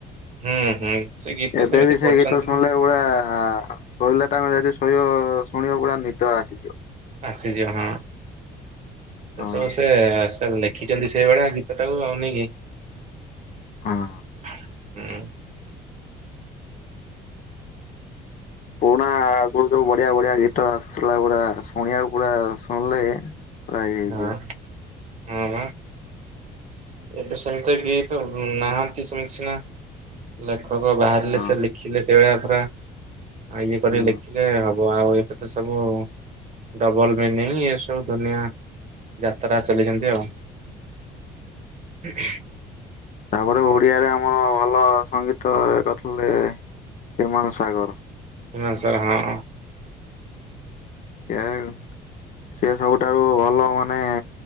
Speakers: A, on the right; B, on the left.
A: ହୁଁ ହୁଁ ସେ ଗୀତ
B: ଏବେ
A: ସେମିତି
B: ବି ସେଇ
A: କରଛନ୍ତି
B: ଗୀତ ଶୁଣିଲେ
A: ନା।
B: ପୁରା ଶୋଇଲା ଟାଇମେଦି ଶୋଇ ଶୁଣିବ ପୁରା ନିଦ ଆସିଯିବ।
A: ଆସି ଜିଅଣ। <unintelligible>
B: ହଁ
A: ସେ ଏ ସେ ଲେଖିଛନ୍ତି ସେଇଭଳିଆ ଗୀତ ଟାକୁ ଆଉ ନେଇକି।
B: ଆଁ।
A: <unintelligible> ହୁଁ।
B: ପୁରୁଣା ଆ କୋଢ଼େ ସବୁ ବଢ଼ିଆ ବଢ଼ିଆ ଗୀତ ଆସୁଥିଲା। ପୁରା ଶୁଣିବାକୁ ପୁରା ଶୁଣିଲେ ପ୍ରାୟେ ହେଇଯିବ।
A: ହଁ ହଁ ବା ଏବେ ସେମିତି କି ତ ନାହାନ୍ତି ସେମିତି ସିନା। ଲେଖକ ବାହାରିଲେ
B: ହଁ
A: ସେ ଲେଖିଲେ ସେଇଭଳିଆ ପାରା। ଆଉ ଇଏ କରି
B: ହୁଁ
A: ଲେଖିଲେ ହବ ଆଉ ଏବେ ତ ସବୁ। ଡବଲ ମିନିଂ ଏ ସବୁ ଦୁନିଆ ଯାତ୍ରା ଚଲେଛନ୍ତି ଆଉ। <unintelligible>
B: ତା ପରେ ଓଡ଼ିଆରେ ଆମର ଭଲ ସଙ୍ଗୀତ କରିଥିଲେ ହିମାଂଶୁ ସାଗର।
A: ହିମାଂଶୁ ସାଗର ହଁ ଅ।
B: ସେଆଉ। ସେ ସବୁଠାରୁ ଭଲ ମାନେ